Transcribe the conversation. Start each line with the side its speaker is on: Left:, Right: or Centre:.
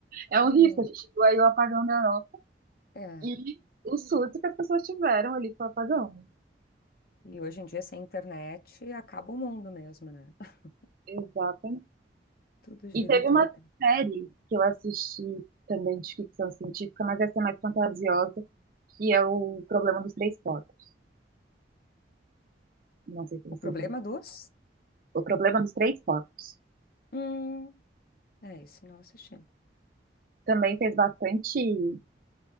Right: É
Left: também.
Right: um risco, a gente viu aí o apagão da
Left: É, é.
Right: E o surto que as pessoas tiveram ali com o apagão.
Left: E hoje em dia, sem internet, acaba o mundo mesmo, né? <laughs>
Right: Exatamente.
Left: Tudo gira
Right: E teve
Left: em torno
Right: uma
Left: dela.
Right: série que eu assisti também de ficção científica, mas essa é mais fantasiosa, que é o Problema dos Três Focos. Não sei se
Left: O
Right: você
Left: problema
Right: viu.
Left: dos?
Right: O Problema dos Três Focos.
Left: Hum, é isso, não assisti.
Right: Também fez bastante,